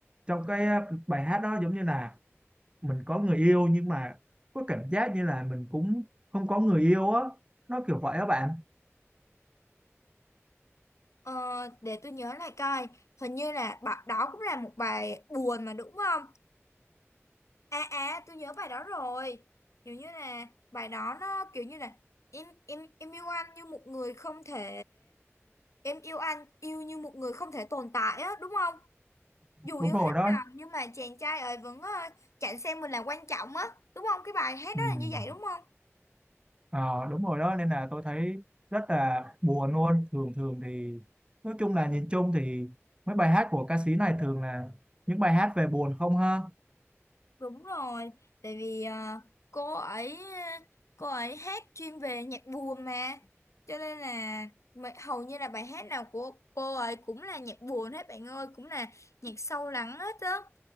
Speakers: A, on the right; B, on the left.
A: trong cái bài hát đó giống như là mình có người yêu nhưng mà có cảm giác như là mình cũng không có người yêu á nó kiểu vậy á bạn
B: Ờ, để tôi nhớ lại coi hình như là bạn đó cũng là một bài buồn mà đúng không à à tôi nhớ bài đó rồi kiểu như là bài đó nó kiểu như là em em em yêu anh như một người không thể em yêu anh yêu như một người không thể tồn tại á đúng không dù
A: đúng
B: yêu
A: rồi
B: hết
A: đó
B: lòng nhưng mà chàng trai ấy vẫn ờ, chẳng xem mình là quan trọng á đúng không cái bài hát
A: Ừm.
B: đó là như vậy đúng không
A: Ờ, đúng rồi đó nên là tôi thấy rất là buồn luôn thường thường thì nói chung là nhìn chung thì mấy bài hát của ca sĩ này thường là những bài hát về buồn không ha
B: Đúng rồi, tại vì à, cô ấy cô ấy hát chuyên về nhạc buồn mà, cho nên là mà- hầu như là bài hát nào của cô ấy cũng là nhạc buồn hết bạn ơi, cũng là nhạc sâu lắng hết á,